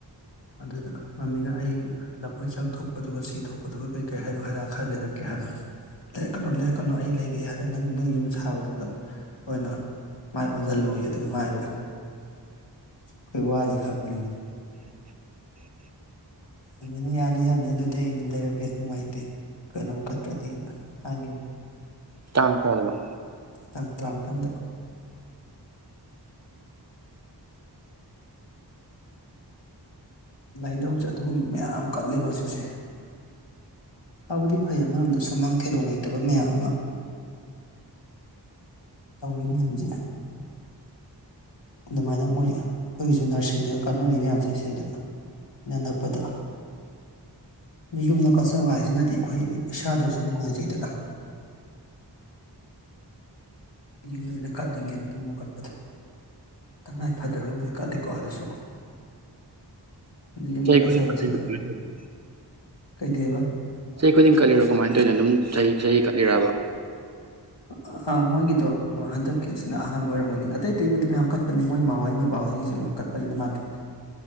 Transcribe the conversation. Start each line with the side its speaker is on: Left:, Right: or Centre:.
Left: ꯑꯗꯨꯗ ꯃꯃꯤꯅ ꯑꯩ ꯂꯐꯣꯏ ꯆꯪ ꯊꯣꯛꯄꯗꯨꯒ ꯁꯤ ꯊꯣꯛꯄꯗꯨꯒ ꯀꯔꯤ ꯀꯩ ꯍꯥꯏꯔꯨꯛ ꯍꯩꯔꯥꯛ ꯈꯔ ꯂꯩꯔꯛꯀꯦ ꯍꯥꯏꯕ ꯂꯩꯔꯛꯀꯅꯨ ꯂꯩꯔꯛꯀꯅꯨ ꯑꯩ ꯂꯩꯒꯦ ꯍꯥꯢꯌꯦ ꯅꯪ ꯅꯣꯢ ꯌꯨꯝ ꯁꯥꯕꯗꯨꯗ ꯑꯣꯏꯅ ꯃꯥꯏ ꯑꯣꯟꯁꯤꯜꯂꯣꯏꯌꯦ ꯑꯗꯨꯒ ꯃꯥ ꯍꯥꯏꯕ ꯀꯣꯏ ꯋꯥꯔꯤ ꯈꯪꯕꯅꯤ
Right: <inaudible>
Left: ꯃꯃꯤꯅ ꯌꯥꯅꯤ ꯌꯥꯅꯤ ꯑꯗꯨꯗꯤ ꯑꯩ ꯑꯗꯨꯝ ꯂꯩꯔꯛꯀꯦ ꯅꯨꯡꯉꯥꯏꯇꯦ ꯀꯩꯅꯣꯝ ꯀꯠꯇ꯭ꯔꯗꯤꯅ ꯍꯥꯏꯒꯤꯕꯅꯦ
Right: ꯇꯥꯡ ꯀꯌꯥꯗꯅꯣ
Left: ꯇꯥꯡ ꯇꯔꯥꯝꯄꯜꯗ ꯂꯥꯏꯅꯤꯊꯨ ꯑꯗꯨꯒꯨꯝꯕ ꯃꯌꯥꯝ ꯀꯠꯂꯦꯕ ꯍꯧꯖꯤꯛꯁꯦ ꯐꯕꯨꯗꯤ ꯐꯩ ꯑꯃꯔꯣꯝꯗ ꯁꯨꯃꯥꯡ ꯊꯦꯂꯣꯡ ꯂꯩꯇꯕ ꯃꯌꯥꯝ ꯑꯃ ꯇꯧꯔꯤ ꯃꯌꯥꯝꯁꯦ ꯑꯗꯨꯃꯥꯏꯅ ꯃꯣꯏ ꯑꯩꯈꯣꯏꯒꯤꯁꯨ ꯅꯔꯁꯤꯡꯗꯒ ꯀꯠꯅꯔꯤ ꯃꯌꯥꯝꯁꯦ ꯑꯁꯩꯗ ꯏ ꯅꯛꯄꯗ ꯃꯤ ꯌꯨꯝꯗ ꯀꯠꯆꯕ ꯍꯥꯏꯁꯤꯅꯗꯤ ꯑꯩꯈꯣꯏ ꯏꯁꯥꯗꯁꯨ ꯅꯨꯡꯉꯥꯏꯖꯩꯗꯅ ꯌꯨꯝ ꯂꯣꯝꯗ ꯀꯠꯅꯤꯡꯉꯦꯕ ꯑꯗꯨꯒꯨꯝꯕ ꯀꯠꯄꯗꯣ ꯇꯉꯥꯏ ꯐꯗ꯭ꯔꯒꯕꯨꯗꯤ ꯀꯠꯂꯤꯀꯣ ꯑꯗꯁꯨ ꯌꯨꯝꯗ
Right: ꯆꯍꯤ
Left: ꯀꯠꯆꯕꯁꯤꯅ
Right: ꯈꯨꯗꯤꯡ ꯀꯠꯂꯤꯔꯣ ꯀꯃꯥꯏꯅ ꯇꯧꯔꯤꯅꯣ
Left: ꯀꯩꯗꯧꯌꯦꯕ
Right: ꯆꯍꯤ ꯈꯨꯗꯤꯡ ꯀꯠꯂꯤꯔꯣ ꯀꯃꯥꯏꯅ ꯇꯧꯔꯤꯅꯣ ꯑꯗꯨꯝ ꯆꯍꯤ ꯆꯍꯤ ꯀꯠꯂꯤꯔꯕ
Left: ꯑ ꯑꯥꯥ ꯃꯣꯏꯒꯤꯗꯣ ꯍꯟꯗꯛꯀꯤꯁꯤꯅ ꯑꯍꯥꯟꯕ ꯑꯣꯏꯔꯝꯒꯅꯤ ꯑꯇꯩ ꯑꯇꯩꯕꯨꯗꯤ ꯃꯌꯥꯝ ꯀꯠꯄꯅꯤ ꯃꯣꯏ ꯃꯥꯍꯩ ꯃꯣꯏ ꯕꯥꯍꯣꯢꯒꯤꯁꯨ ꯃꯌꯥꯝ ꯀꯠꯄꯅꯤꯅ ꯃꯥꯗꯤ